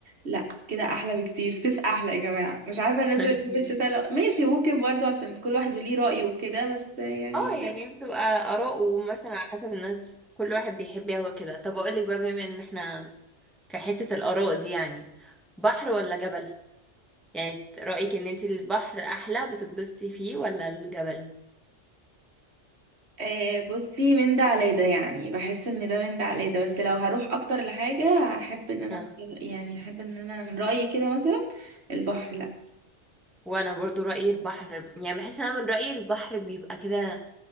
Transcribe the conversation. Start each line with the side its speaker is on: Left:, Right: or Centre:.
Right: لا كده احلى بكتير <laughs> سيف احلى يا جماعه مش عارفه الناس
Centre: <laughs>
Right: اللي بتحب الشتا لا ماشي ممكن برضو عشان كل واحد وليه رايه وكده بس يعني
Centre: اه يعني بتبقى آراء ومثلا على حسب الناس كل واحد بيحب يهوى كده طب اقول لك بقى بما ان احنا في حتة الآراء دي يعني بحر ولا جبل يعني رأيك ان انت البحر احلى بتتبسطي فيه ولا الجبل
Right: آه بصي من ده على ده يعني بحس ان ده من ده على ده بس لو هروح اكتر لحاجه احب ان انا
Centre: اه
Right: اختار يعني احب ان انا من رايي كده مثلا البحر لا
Centre: وانا برضو رأيي البحر يعني بحس انا من رأيي البحر بيبقى كده